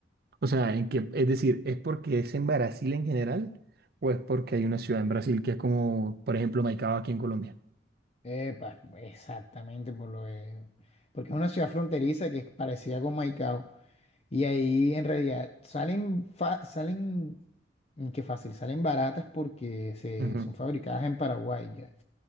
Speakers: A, on the right (about 55°); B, on the left (about 35°).
A: O sea, ¿en qué, es decir, ¿es porque es en Brasil en general o es porque hay una ciudad en Brasil que es como, por ejemplo, Maicao aquí en Colombia?
B: Epa, exactamente por lo de- Porque es una ciudad fronteriza que es parecida con Maicao. Y ahí en realidad salen, fa- salen Mm, Qué fácil, salen baratas porque se,
A: Ujú.
B: son fabricadas en Paraguay ya.